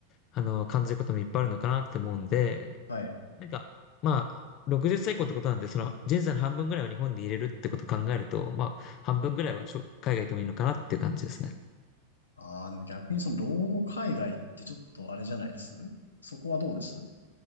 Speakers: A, on the left; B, on the left.
A: あの、感じることもいっぱいあるのかなって思うんで、
B: はい。
A: なんか、まあ、60歳以降ってことなんで、その人生の半分ぐらいを日本で入れるってことを考えると、まあ、半分ぐらいはしょ海外行ってもいいのかなっていう感じですね。
B: ああ、でも逆にその老後海外ってちょっとあれじゃないですそこはどうです